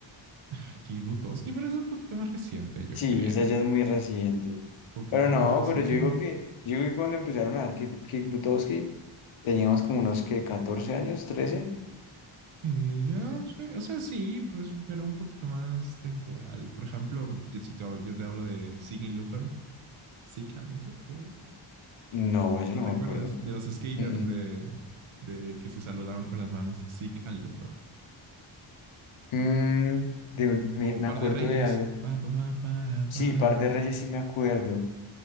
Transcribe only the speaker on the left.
Sí,
esa ya
es muy reciente.
Pero no,
pero yo digo
que, yo digo que cuando empezaron a dar kick, kick Butowski, teníamos como unos que 14 años, trece
No, eso
no
me
acuerdo.
Mm, mm.
Mm, de- me,
me
acuerdo
de algo.
Sí,
Par de Reyes sí me acuerdo.